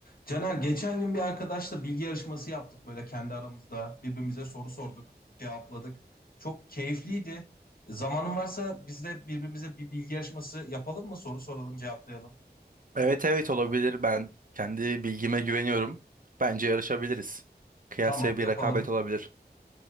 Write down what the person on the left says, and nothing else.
Caner geçen gün bir arkadaşla bilgi yarışması yaptık böyle kendi aramızda. Birbirimize soru sorduk, cevapladık. Çok keyifliydi. Zamanın varsa biz de birbirimize bir bilgi yarışması yapalım mı? Soru soralım, cevaplayalım.
Tamam, yapalım.